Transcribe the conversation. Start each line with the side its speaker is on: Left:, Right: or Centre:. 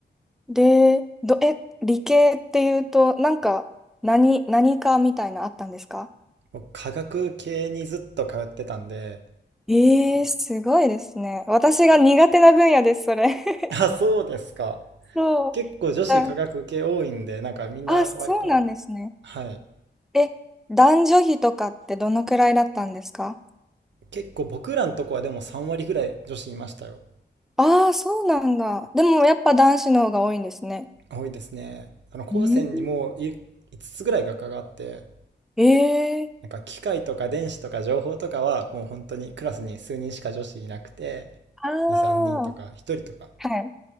Centre: で、ど、え、理系っていうと、なんか、何、何かみたいなあったんですか
Right: 僕、科学系にずっと通ってたんで、
Centre: ええすごいですね。私が苦手な分野です、それ。<laughs>
Right: <laughs> あ、そうですか。
Centre: そう。
Right: 結構女子科学系多いんで、
Centre: あ、
Right: なんかみんな割と、
Centre: あ、そうなんですね。
Right: はい。
Centre: え、男女比とかってどのくらいだったんですか
Right: 結構僕らのとこはでも3割ぐらい女子いましたよ。
Centre: ああー、そうなんだ。でもやっぱ男子の方が多いんですね。
Right: 多いですね。あの、高専にもい5つつぐらい学科があって、
Centre: うん。ええ
Right: なんか機械とか電子とか情報とかはもう本当にクラスに数人しか女子いなくて、
Centre: ああ、
Right: 2、3人とか1人とか。
Centre: はい。